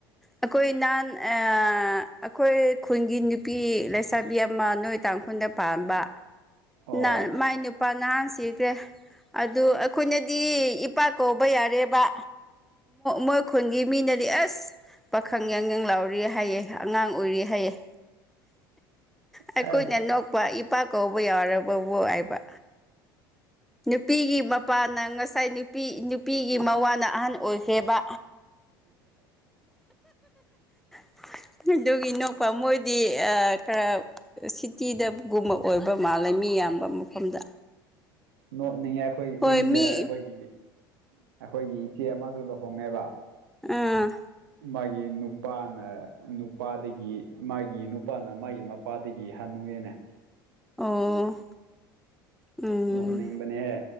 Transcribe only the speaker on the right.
ꯑꯣ
ꯑ
ꯍ
ꯅꯣꯠꯅꯤꯡꯉꯦ ꯑꯩꯈꯣꯏ
ꯀꯨꯟꯗ
ꯑꯩꯈꯣꯏꯒꯤ ꯑꯩꯈꯣꯏꯒꯤ ꯏꯆꯦ ꯑꯃꯁꯨ ꯂꯨꯍꯣꯡꯉꯦꯕ
ꯃꯥꯒꯤ ꯅꯨꯄꯥꯅ ꯅꯨꯄꯥꯗꯒꯤ ꯃꯥꯒꯤ ꯅꯨꯄꯥꯅ ꯃꯥꯒꯤ ꯃꯄꯥꯗꯒꯤ ꯍꯅꯨꯦꯅꯦ
ꯅꯣꯛꯅꯤꯡꯕꯅꯦꯍꯦ